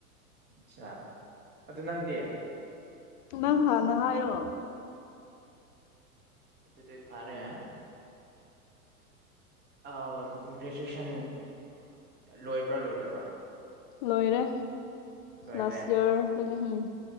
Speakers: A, on the right; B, on the left.
A: ꯆꯥ ꯑꯗꯨ ꯅꯪꯗꯤ
B: ꯅꯪ ꯍꯥꯟꯅ ꯍꯥꯏꯌꯣ
A: ꯑꯗꯨꯗꯤ ꯐꯔꯦ ꯑꯥꯎꯟ ꯒ꯭ꯔꯦꯖꯨꯁꯟ ꯂꯣꯏꯕ꯭ꯔꯥ ꯂꯣꯏꯗꯕ꯭ꯔꯥ
B: ꯂꯣꯏꯔꯦ
A: ꯂꯣꯏꯈ꯭ꯔꯦ
B: ꯂꯥꯁ ꯏꯌꯔ <unintelligible>